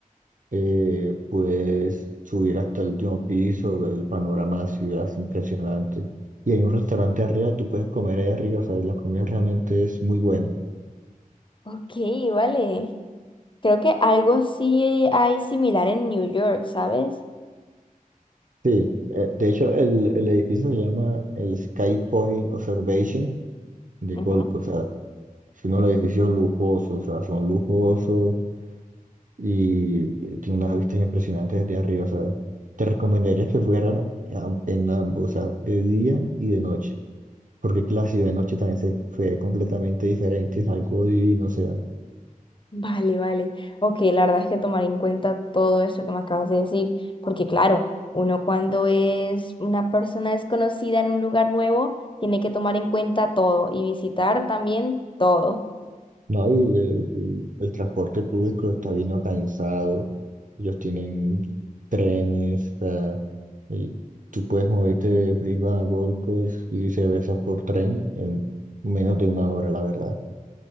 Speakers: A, on the right; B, on the left.
A: eh, puedes subir hasta el último piso, ver el panorama de la ciudad, es impresionante. Y hay un restaurante arriba, tú puedes comer ahí arriba, o sea, la comida realmente es muy buena.
B: Ok, vale. Creo que algo así hay similar en New York, ¿sabes?
A: Sí, eh, de hecho el, el edificio se llama el Sky Point Observation de
B: Ujú.
A: Gold Coast. O sea, es uno de los edificios lujosos, o sea, son lujosos y eh, tiene unas vistas impresionantes desde arriba. O sea, te recomendaría que fueras a- en ambos, o sea, de día y de noche, porque es que la ciudad de noche también se ve completamente diferente, es algo divino, o sea,
B: Vale, vale. Ok, la verdad es que tomaré en cuenta todo eso que me acabas de decir, porque claro, uno cuando es una persona desconocida en un lugar nuevo, tiene que tomar en cuenta todo y visitar también todo.
A: no, y, eh, y el transporte público está bien organizado, ellos tienen trenes, Y tú puedes moverte de Brisbane a Gold Coast y viceversa por tren en menos de una hora, la verdad.